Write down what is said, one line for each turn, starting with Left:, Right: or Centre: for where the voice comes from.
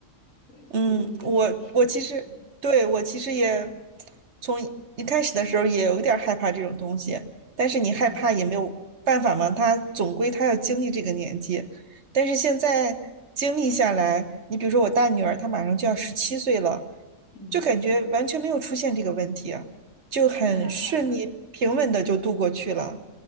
Left: 对，所以我就觉得就是对，
Right: 嗯，我我其实对我其实也从一开始的时候也有点儿害怕这种东西，但是你害怕也没有办法嘛，
Left: 嗯
Right: 他总归他要经历这个年纪，但是现在经历下来，你比如说我大女儿，她马上就要十七岁了，
Left: 嗯，
Right: 就感觉完全没有出现这个问题啊，就很顺利平稳的就度过去了。
Left: 我觉得蛮好的。